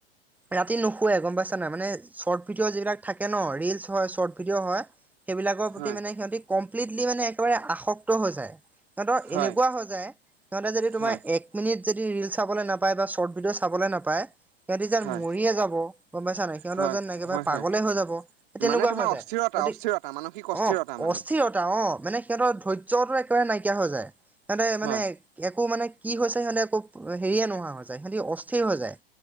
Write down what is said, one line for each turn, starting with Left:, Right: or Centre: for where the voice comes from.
Centre: ৰাতি নুশুৱে গম পাইছা নাই? মানে চৰ্ট ভিডিঅ' যিবিলাক থাকে ন ৰিলচ হয় চৰ্ট ভিডিঅ' হয়। সেইবিলাকৰ প্ৰতি
Right: হয়
Centre: মানে সিহঁতি কমপ্লিতলি মানে একেবাৰে আসক্ত হৈ যায়। সিহঁতৰ
Right: হয়
Centre: এনেকুৱা হৈ যায় সিহঁতে যদি
Right: হয়
Centre: তোমাৰ এক মিনিট যদি ৰিল চাবলে নাপায় বা চৰ্ট ভিডিঅ' চাবলে নাপায় সিহঁতি যেন
Right: হয়
Centre: মৰিয়ে যাব, গম পাইছা নাই? সিহঁতৰ
Right: হয়,
Centre: যেন একেবাৰে
Right: হয়,
Centre: পাগলে
Right: হয়।
Centre: হৈ যাব। সেই তেনেকুৱা
Right: মানে তোমাৰ
Centre: হৈ যায়
Right: অস্থিৰতা
Centre: গতিক
Right: অস্থিৰতা মানসিক অস্থিৰতা
Centre: অঁ
Right: মানে।
Centre: অ স্থিৰতা অঁ মানে সিহঁতৰ ধৈৰ্যটো একেবাৰে নাইকিয়া হৈ যায়। সিহঁতে
Right: হয়,
Centre: মানে একো মানে কি হৈছে সিহঁতে একো হেৰীয়ে নোহোৱা হৈ যায় সিহঁতি অস্থিৰ হৈ যায়।